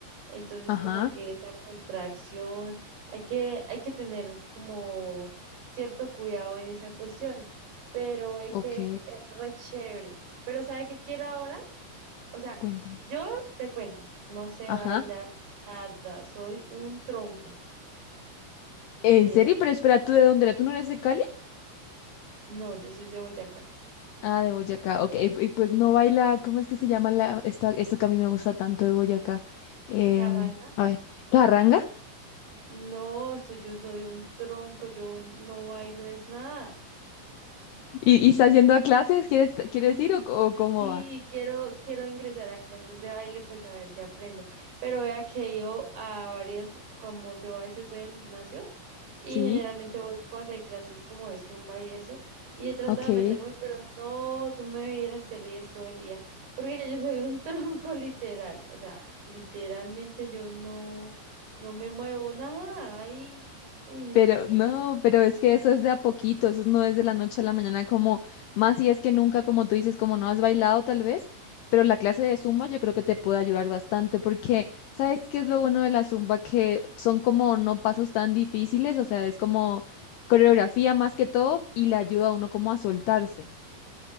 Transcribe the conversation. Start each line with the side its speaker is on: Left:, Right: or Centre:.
Right: Entonces,
Left: Ajá,
Right: como que esa contracción, hay que, hay que tener como cierto cuidado en esa cuestión, pero ve
Left: ok,
Right: que es, es re chévere. Pero ¿sabe qué quiero ahora? O sea,
Left: cuéntame.
Right: yo te cuento, no sé
Left: ajá.
Right: bailar nada, soy un tronco, literal.
Left: ¿En serio? Pero espera, ¿tú de dónde eres? ¿Tú no eres de Cali?
Right: No, yo soy de Boyacá.
Left: Ah, de Boyacá, ok. eh, eh, Pues no baila, ¿cómo es que se llama la, esta, esto que a mí me gusta tanto de Boyacá? Em,
Right: Carranga,
Left: a ver, ¿la ranga?
Right: no, eso yo soy un tronco, yo no bailo es nada.
Left: ¿Y, y estás yendo a clases? ¿Quieres, quieres
Right: Y
Left: ir o, o cómo
Right: sí,
Left: va?
Right: quiero, quiero ingresar a clases de baile, pues a ver si aprendo. Pero vea que he ido a varias, como yo a veces voy al gimnasio y
Left: Sí,
Right: generalmente voy cuando hay clases como de Zumba y eso, y he tratado
Left: ok.
Right: de meterme, pero no, tú me vieras, te ríes todo el día, porque yo soy un <laughs> tronco literal, o sea, literalmente yo no, no me muevo nada, ay, uy, no,
Left: Pero
Right: y
Left: no, pero es que eso es de a poquito, eso no es de la noche a la mañana, como más si es que nunca, como tú dices, como no has bailado tal vez, pero la clase de Zumba yo creo que te puede ayudar bastante porque, ¿sabes qué es lo bueno de la Zumba? Que son como no pasos tan difíciles, o sea, es como coreografía más que todo y le ayuda a uno como a soltarse.